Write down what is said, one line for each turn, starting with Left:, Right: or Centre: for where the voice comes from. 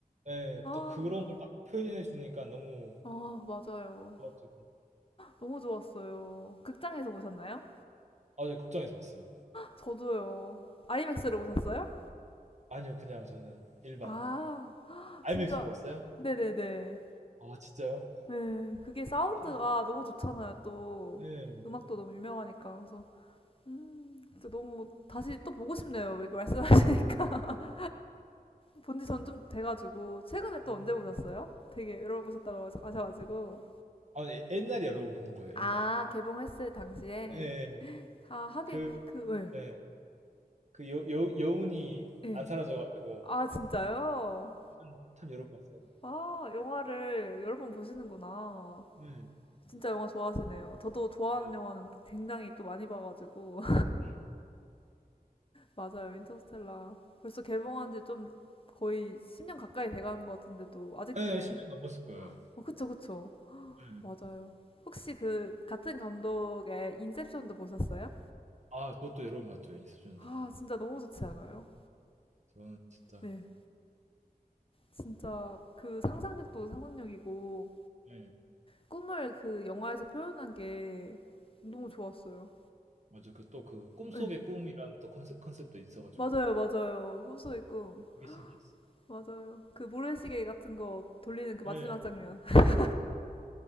Right: 예, 예.
Left: 아,
Right: 또 그런 걸 딱 표현해 주니까 너무
Left: 아, 맞아요.
Right: 좋았죠.
Left: 너무 좋았어요. 극장에서 보셨나요?
Right: 아 저 극장에서 봤어요.
Left: 저도요. 아이맥스로 보셨어요?
Right: 아니요, 그냥 저는 일반
Left: 아,
Right: IMAX로
Left: 진짜.
Right: 봤어요.
Left: 네네네.
Right: 아 진짜요?
Left: 예. 그게 사운드가
Right: 엄청나.
Left: 너무 좋잖아요, 또.
Right: 예.
Left: 음악도 너무 유명하니까. 그래서 음, 진짜 너무 다시 또 보고 싶네요. 이렇게 말씀하시니까. <laughs> 본지 전 좀 돼가지고 최근에 또
Right: 음.
Left: 언제 보셨어요? 되게 여러 번 보셨다고 하셔가지고
Right: 아 예, 옛날에 여러 번 본 거예요.
Left: 아
Right: 옛날에.
Left: 개봉했을 당시에
Right: 예, 예.
Left: 아 하긴
Right: 그
Left: 그
Right: 예. 그 여, 여, 여운이
Left: 예. 예.
Right: 안 사라져가지고
Left: 아 진짜요?
Right: 참, 참 여러 번 봤어요데
Left: 아 영화를 여러 번 보시는구나.
Right: 네,
Left: 진짜 영화 좋아하시네요. 저도 좋아하는
Right: 네,
Left: 영화는 굉장히 또 많이 봐가지고
Right: 음.
Left: 맞아요. 인터스텔라. 벌써 개봉한 지 좀 거의 10년 가까이 돼가는 것 같은데도 아직도
Right: 네, 10년 넘었을 거예요
Left: 어 그쵸 그쵸.
Right: 음.
Left: 맞아요. 혹시 그 같은 감독의 인셉션도 보셨어요?
Right: 아 그것도 여러 번 봤죠 인셉션도
Left: 아 진짜 너무 좋지 않아요?
Right: 저는 진짜
Left: 네. 진짜 그 상상력도 상상력이고
Right: 네,
Left: 꿈을 그 영화에서 표현한 게 너무 좋았어요.
Right: 맞아 그 또 그 꿈속의
Left: 네.
Right: 꿈이라는 또 컨셉, 컨셉도 있어가지고
Left: 맞아요 맞아요. 혼수의 꿈.
Right: 그게 신기했어.
Left: 맞아요. 그 모래시계 같은 거 돌리는 그 마지막
Right: 네,
Left: 장면. <laughs>